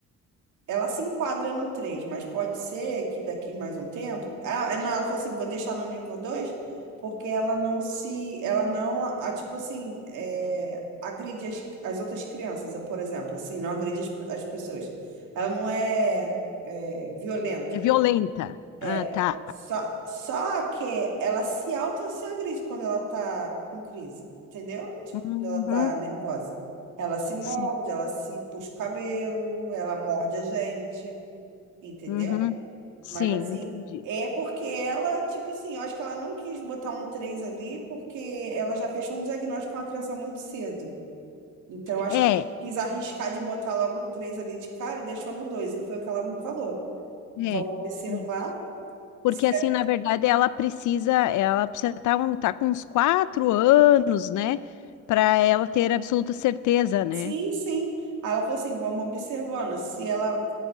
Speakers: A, on the right; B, on the left.
A: Ela se enquadra no três mas pode ser que daqui mais um tempo. Ah, é, não, ela falou assim: vou deixar no nível 2 porque ela não se. Ela não, a, a- tipo assim, é, agride as, as outras crianças, eh, por exemplo, assim, não agride as, as pessoas. Ela não é, é violenta.
B: É violenta.
A: É.
B: Ah, tá.
A: Só, só que ela se auto se agride quando ela tá com crise, entendeu? Tipo,
B: Uhum,
A: quando ela tá nervosa. Ela se morde,
B: sim.
A: ela se puxa o cabelo, ela morde a gente. Entendeu?
B: Uhum, sim,
A: Mas assim,
B: entendi.
A: é porque ela, tipo assim, eu acho que ela não quis botar um 3 ali porque ela já fechou um diagnóstico com a criança muito cedo. Então, eu acho
B: É,
A: que ela quis arriscar de botar logo um 3 ali de cara e deixou no dois E foi o que ela me falou. Vamos
B: é.
A: observar.
B: Isso. Porque
A: se
B: assim,
A: da-
B: na verdade, ela precisa, ela precisa estar com uns quatro anos, né? Para ela ter absoluta certeza, né?
A: Sim, sim. Aí ela falou assim, vamos observando. Se ela